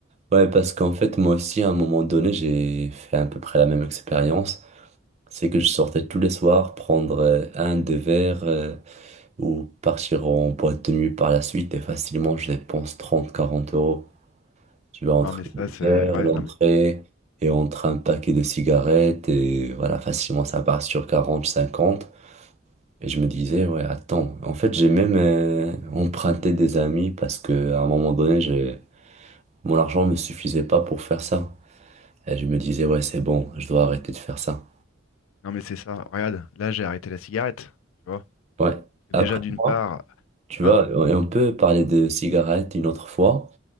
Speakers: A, on the right; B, on the left.
A: Ouais, parce qu'en fait, moi aussi, à un moment donné, j'ai fait à peu près la même expérience. C'est que je sortais tous les soirs prendre euh, un, deux verres euh, ou partir en boîte de nuit par la suite et facilement, je dépense 30 40 euros. Tu vas entre
B: Non, mais ça,
A: les
B: c'est.
A: verres,
B: Ouais,
A: l'entrée
B: non, mais,
A: et entre un paquet de cigarettes et voilà, facilement ça part sur quarante cinquante Et je me disais, ouais, attends. En fait, j'ai même euh, emprunté des amis parce que à un moment donné, j'ai- mon argent ne me suffisait pas pour faire ça. Et je me disais, ouais, c'est bon, je dois arrêter de faire ça.
B: non, mais c'est ça. Regarde, là, j'ai arrêté la cigarette. Tu vois? Parce
A: Ouais.
B: que
A: Après
B: Déjà, d'une
A: moi,
B: part.
A: tu
B: Hein?
A: vois, et on peut parler de cigarettes une autre fois,